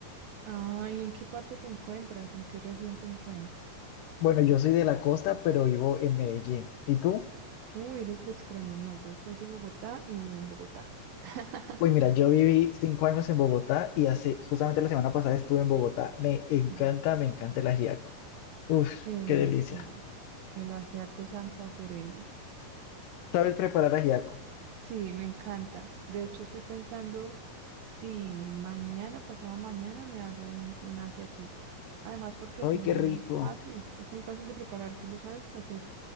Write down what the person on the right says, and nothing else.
Ay, ¿en qué parte te encuentras? ¿En qué región te encuentras?
Uy, eres de extremo. No, yo soy de Bogotá y vivo en Bogotá. <laughs>
Mm.
Eh,
sí, el ajiaco santafereño.
Sí, me encanta. De hecho, estoy pensando si mañana, pasado mañana, me hago un, un ajiaquito. Además, porque es
muy
fácil, es muy fácil de preparar, tú lo sabes hacer.